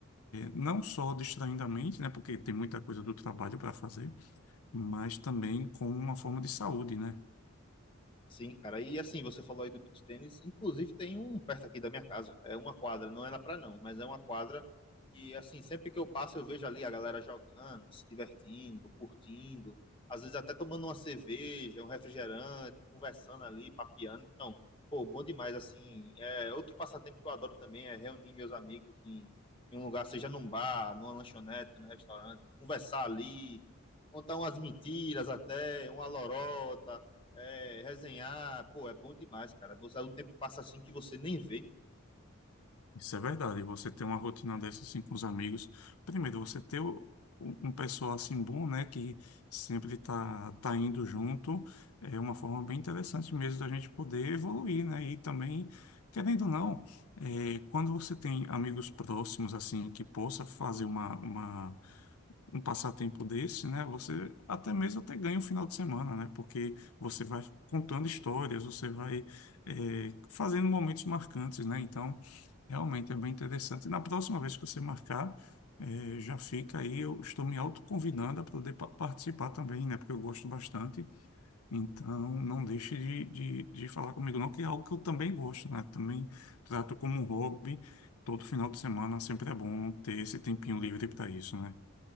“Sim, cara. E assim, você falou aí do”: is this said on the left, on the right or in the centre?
Left